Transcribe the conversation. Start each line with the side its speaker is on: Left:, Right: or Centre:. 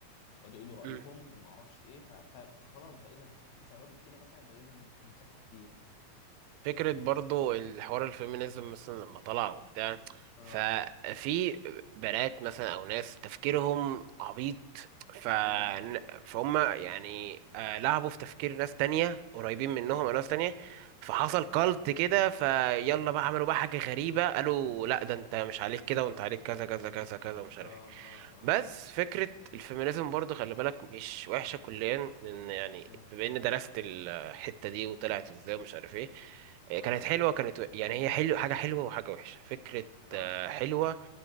Left: يقعدوا يقولوا
Right: امم
Left: رأيهم وما اعرفش ايه ف- فخلاص بقينا في ثوابت كده مثلا بقينا نشكك فيها
Right: فكرة برضو الحوار الفيمينيزم مثلا لما طلع وبتاع
Left: اه
Right: ففي بنات مثلا أو ناس تفكيرهم عبيط ف...
Left: امم
Right: فهم يعني آه، لعبوا في تفكير ناس تانية قريبين منهم
Left: اه
Right: أو ناس تانية فحصل
Left: اه
Right: كالت كده فيلا بقى عملوا بقى حاجة غريبة قالوا لا ده انت مش عليك كده وانت عليك كذا كذا كذا كذا ومش عارف
Left: اه
Right: ايه
Left: اه اه
Right: بس
Left: اه
Right: فكرة الفيمينيزم برضه خلي بالك مش وحشة كليا لأن يعني
Left: امم
Right: بما إني درست الحتة دي وطلعت إزاي ومش عارف إيه إيه، كانت
Left: اه
Right: حلوة كانت و- يعني هي حلو حاجة حلوة وحاجة وحشة فكرة
Left: اه
Right: آه، حلوة